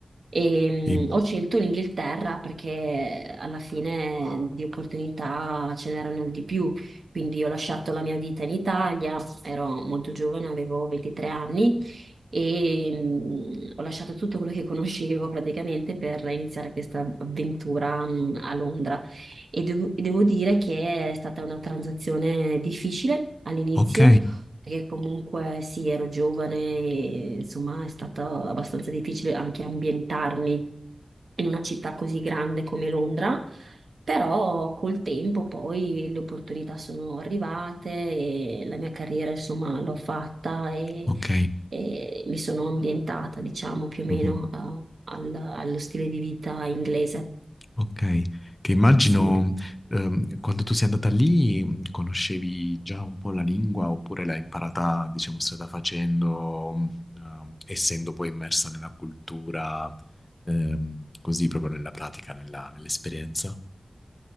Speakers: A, on the right (about 85°); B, on the left (about 25°).
A: E,
B: sì.
A: mh, ho scelto l'Inghilterra perché alla fine di opportunità ce n'erano di più, quindi ho lasciato la mia vita in Italia, ero molto giovane, avevo 23 anni e mh, ho lasciato tutto quello che conoscevo praticamente per iniziare questa avventura mh, a Londra. E devo, devo dire che è stata una transazione difficile all'inizio
B: ok,
A: perché comunque sì, ero giovane e insomma è stato abbastanza difficile anche ambientarmi in una città così grande come Londra, però col tempo poi le opportunità sono arrivate e la mia carriera insomma l'ho fatta e,
B: ok.
A: e mi sono ambientata diciamo più o meno
B: Mhm.
A: a- al- allo stile di vita inglese.
B: Ok, che immagino
A: Sì.
B: ehm, quando tu sei andata lì mh, conoscevi già un po' la lingua oppure l'hai imparata, diciamo, strada facendo, mh, ehm, essendo poi immersa nella cultura, ehm, così proprio nella pratica, nella- nell'esperienza.